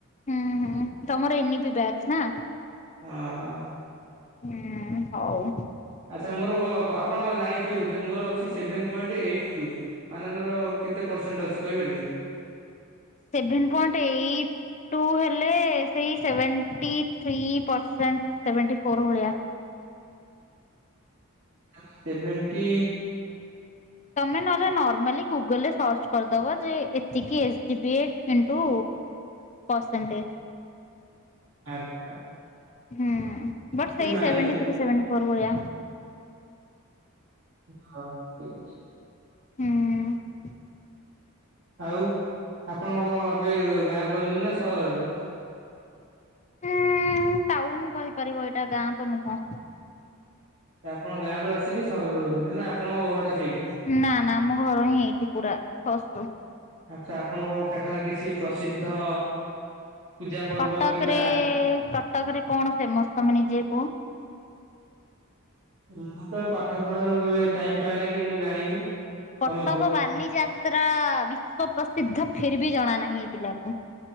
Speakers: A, on the left; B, on the right.
A: ହୁଁ ହୁଁ ତମର ଏମିତି ବ୍ୟାଚ ନା?
B: ଆ ହା
A: ହୁଁ ହଉ।
B: ଆଚ୍ଛା ମୋର କ ଆପଣ ଜାଣିଥିବେ ବୋଧେ ମୋର ଅଛି ସେଭେନ୍ ପଏଣ୍ଟ ଏଇଟ୍ ଟୁ, ମାନେ ମୋର କେତେ ପରସେଣ୍ଟ ଅଛି କହିପାରିବେ?
A: ସେଭେନ୍ ପଏଣ୍ଟ ଏଇଟ୍ ଟୁ ହେଲେ ସେଇ seventy three percent, seventy four ଭଳିଆ।
B: ତାଲେ ସେଭେଣ୍ଟି
A: ତମେ ନହେଲେ ନର୍ମାଲି ଗୁଗଲରେ ସର୍ଚ୍ଚ କରିଦବ ଯେ ଏତିକି S G P into percentage.
B: ଆଛା!
A: ହୁଁ ବଟ୍ ସେଇ
B: ମାଇଲେ
A: ସେଭେଣ୍ଟି ଥ୍ରୀ ସେଭେଣ୍ଟି ଫୋର୍ ଭଳିଆ।
B: ହଁ ଠିକ୍ ଅଛି।
A: ହୁଁ!
B: ଆଉ, ଆପଣଙ୍କ ଏବେ ଗାଁରେ ରହୁଛନ୍ତି ନା ସହରରେ?
A: ହୁଁ ଟାଉନ କହିପାରିବ ଏଇଟା ଗାଁ ତ ନୁହଁ।
B: ତ ଆପଣ ଗାଁ ରୁ ଆସିକି ସହରରେ ରହୁଛନ୍ତି। ନା ଆପଣଙ୍କ ଘରଟା ସେଇଠି?
A: ନା ନା ଆମ ଘର ହିଁ ଏଇଠି ପୁରା ଫଷ୍ଟୁ
B: ଆଚ୍ଛା ଆପଣଙ୍କୁ ସେଠାରେ କିଛି ପ୍ରସିଦ୍ଧ ପୂଜା ପର୍ବ
A: କଟକରେ
B: କିମ୍ବା
A: କଟକରେ କଣ ଫେମସ ତମେ ନିଜେ କୁହ?
B: ମୁଁ ତ, ପାଠ ପଢାରୁ କେବେ ଟାଇମ ପାଏନା କି ମୁଁ ଜାଣିନି।
A: କଟକ
B: ତମେ କୁହ।
A: ବାଲିଯାତ୍ରା ବିଶ୍ୱ ପ୍ରସିଦ୍ଧ, ଫିର୍ ବି ଜଣା ନାହିଁ ଏ ପିଲାକୁ।